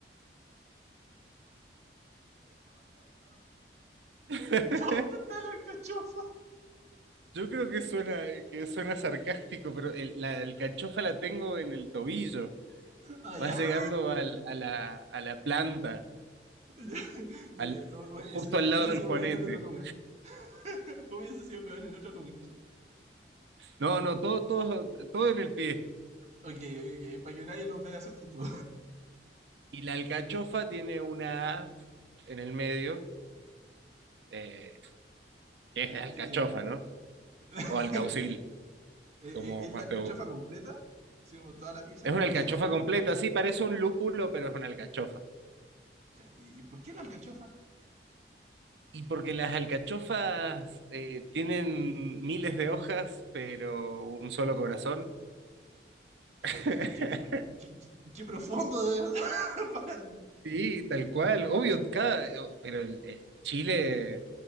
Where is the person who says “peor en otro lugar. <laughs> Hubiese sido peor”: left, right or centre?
Right